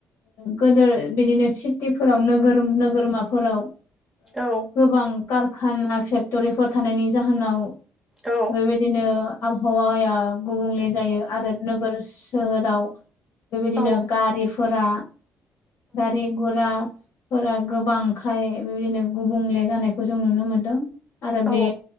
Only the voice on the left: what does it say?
गोदो बिदिनो सिटिफोराव नोगोर- नोगोरमाफोराव
गोबां कारखाना फेक्ट'रिफोर थानायनि जाहोनाव
बेबायदिनो आबहावाया गुबुंले जायो आरो नोगोर सोहोराव बेबायदिनो
गारिफोरा गारि गरा फोरा गोबांखाय बेबायदिनो गुबुंले जानायखौ जों नुनो मोनदों। आरो बे